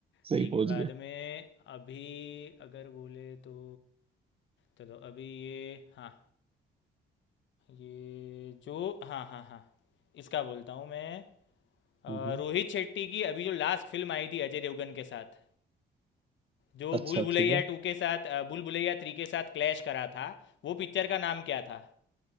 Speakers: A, on the right; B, on the left.
A: सही
B: ठीक
A: पहुंच
B: है बाद
A: गए
B: में अभी अगर बोले तो चलो अभी ये हाँ ये जो हाँ हाँ हाँ इसका बोलता हूँ मैं अ,
A: हम्म, हम्म।
B: रोहित शेट्टी की अभी जो लास्ट फिल्म आई थी अजय देवगन के साथ जो
A: अच्छा
B: भूल भुलैया
A: ठीक है
B: टू के साथ अ, भूल भुलैया थ्री के साथ क्लैश करा था वो पिक्चर का नाम क्या था